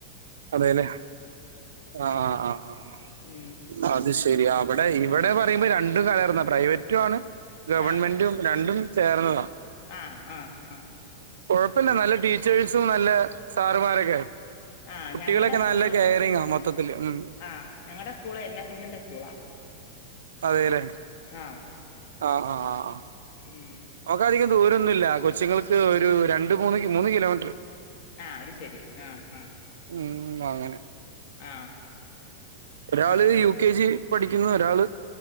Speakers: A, on the right; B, on the left.
A: അതെലേ ആഹ് ആഹ് ആഹ് ആഹ്.
B: ഉം
A: അത് ശെരി. അവ്ടെ ഇവ്ടെ പറയ്മ്പ രണ്ടും കലർന്നാ പ്രൈവറ്റും ആണ്. ഗവൺമെന്റും
B: ആഹ്
A: രണ്ടും ചേർന്നതാ
B: ആഹ് ആഹ് ആഹ്
A: കൊഴപ്പല്ല നല്ല ടീച്ചേഴ്സും നല്ല സാറുമാരൊക്കെ.
B: ആഹ്
A: കുട്ടികളൊക്കെ
B: ഞമ്മടെ സ്കൂള്
A: നല്ല കെയറിങ് ആ മൊത്തത്തില് ഉം
B: ആഹ് ഞങ്ങടെ സ്കൂള് എൻ എസ് എസിന്റെ സ്കൂളാ
A: അതെലേ.
B: ആഹ്
A: ആഹ് ആഹ് ആഹ് ആഹ്
B: ഉം
A: ഓക്കധികം ദൂരം ഒന്നുല്ല കൊച്ചുങ്ങൾക്ക് ഒര് രണ്ട് മൂന്ന് മൂന്ന് കിലോമീറ്റർ.
B: ആഹ് അത് ശെരി ആഹ് ആഹ്
A: ഉം അങ്ങനെ
B: ആഹ്
A: ഒരാള്
B: ആഹ് ഞങ്ങ
A: യു കെ ജി പഠിക്കുന്നു. ഒരാള്